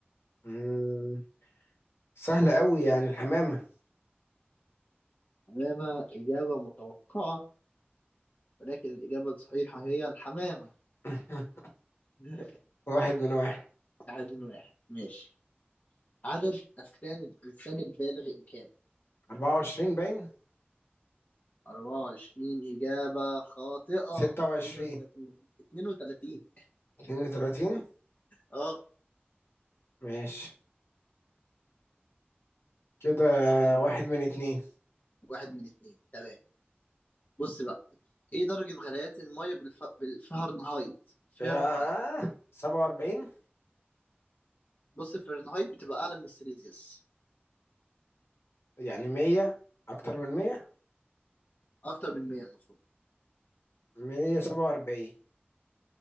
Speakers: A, on the left; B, on the left.
A: مم. سهله قوي يعني الحمامه
B: حمامة إجابة متوقعة ولكن الإجابة الصحيحة هي الحمامة
A: <laughs>
B: <laughs>
A: واحد من واحد
B: واحد من واحد ماشي عدد أسنان الإنسان البالغ كام؟
A: 24 باين
B: 24 إجابة خاطئة
A: 26
B: 32 32
A: 32
B: اه
A: ماشي كده
B: يلا
A: واحد من اتنين
B: واحد من اتنين تمام بص بقى ايه درجة غليان المية بالف... بالفahrenheit فahrenheit
A: آه. 47
B: بص الفahrenheit بتبقى أعلى من السيليزيوس
A: يعني 100 اكتر من 100
B: أكتر من 100 المفروض
A: مية سبعة وأربعين